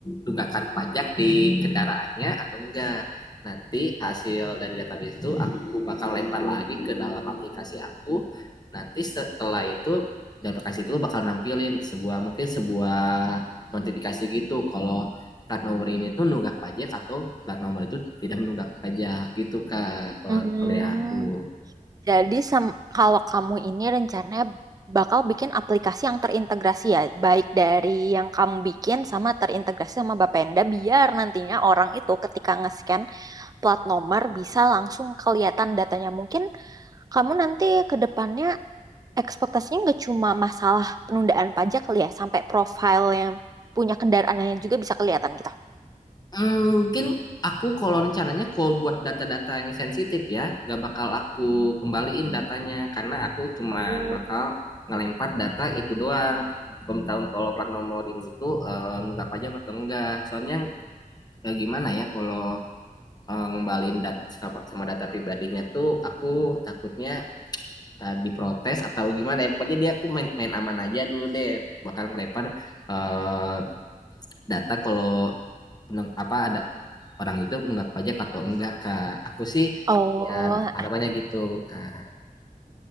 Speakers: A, on the left; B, on the right.
A: tunggakan pajak di kendaraannya atau enggak. Nanti hasil dari database itu aku bakal lempar lagi ke dalam aplikasi aku. Nanti setelah itu di aplikasi itu bakal nampilin sebuah mungkin sebuah notifikasi gitu kalau plat nomor ini tuh nunggak pajak atau plat nomor itu tidak menunggak pajak gitu kak kalau
B: Mm.
A: kalau dari aku
B: Jadi sem- kalau kamu ini rencananya bakal bikin aplikasi yang terintegrasi ya, baik dari yang kamu bikin sama terintegrasi sama Bapenda, biar nantinya orang itu ketika nge-scan plat nomor bisa langsung kelihatan datanya. Mungkin kamu nanti ke depannya ekspektasinya nggak cuma masalah penundaan pajak kali ya, sampai profil yang punya kendaraannya juga bisa kelihatan gitu.
A: Hmm, mungkin aku kalau rencananya call buat data-data yang sensitif ya, nggak bakal aku kembaliin datanya karena aku cuman
B: Oh.
A: bakal ngelempar data itu doang. Pemberitahuan kalau plat nomorin itu eh, nunggak pajak atau enggak. Soalnya eh, gimana ya kalau eh, ngembaliin dat sama sama data pribadinya tuh aku takutnya eh, diprotes atau gimana ya. Pokoknya dia aku main, main aman aja dulu deh. Bakal ngelempar eh, data kalau peneng- apa ada orang itu menunggak pajak atau enggak kak aku sih
B: Oh,
A: ya harapannya gitu kak